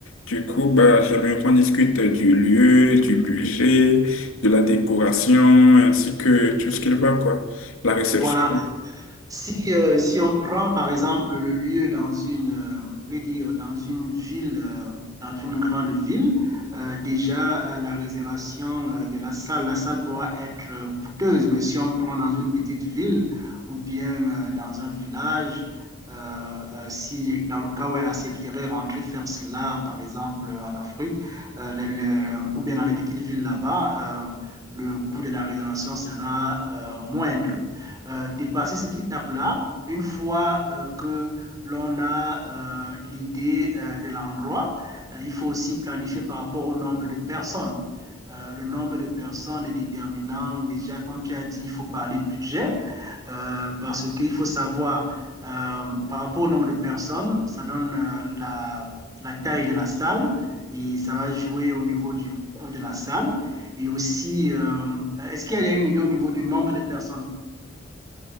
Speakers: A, on the left; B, on the right.
A: Du coup, bah, j'aimerais qu'on discute du lieu, du budget, de la décoration, ainsi que tout ce qu'il va, quoi. La réception.
B: Voilà, Si, euh, si on prend par exemple le lieu dans une, euh, je vais dire, dans une ville, euh, dans une grande ville, euh, déjà euh, la réservation euh, de la salle, la salle pourra être euh, coûteuse, mais si on prend dans une petite ville ou bien euh, dans un village, euh, euh, si dans le cas où elle accepterait rentrer faire cela, par exemple en Afrique, euh, le- le- ou bien dans les petites villes là-bas, euh, le coût de la réservation sera euh, moindre euh, dépasser cette étape-là, une fois euh, que l'on a euh, l'idée euh, de l'endroit, euh, il faut aussi planifier par rapport au nombre de personnes. Euh, le nombre de personnes est déterminant. Déjà, comme tu as dit, il faut parler budget euh, parce qu'il faut savoir euh, par rapport au nombre de personnes, ça donne euh, la, la, taille de la salle et ça va jouer au niveau du coût de la salle. Et aussi, euh, est-ce qu'il y a une idée au niveau du nombre de personnes